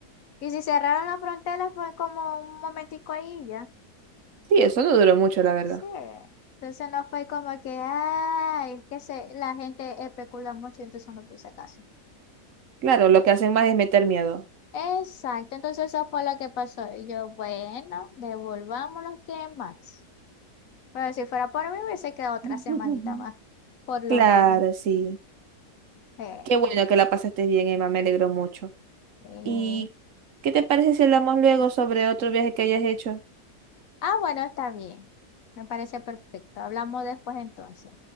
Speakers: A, on the left; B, on the right.
A: Y si cerraron la frontera fue como un momentico ahí y ya.
B: Sí, eso no duró mucho, la verdad.
A: Sí. Entonces no fue como que, ay, es que se, la gente especula mucho, entonces no puse caso.
B: Claro, lo que hacen más es meter miedo.
A: Exacto, entonces eso fue lo que pasó. Y yo, bueno, devolvámonos, ¿qué más? Pero si fuera por mí, hubiese quedado otra
B: <laughs>
A: semanita más, por lo
B: Claro,
A: menos.
B: sí.
A: Eh,
B: Qué bueno que la pasaste bien, Emma, me alegro mucho.
A: eh.
B: ¿Y qué te parece si hablamos luego sobre otro viaje que hayas hecho?
A: Ah, bueno, está bien. Me parece perfecto. Hablamos después entonces.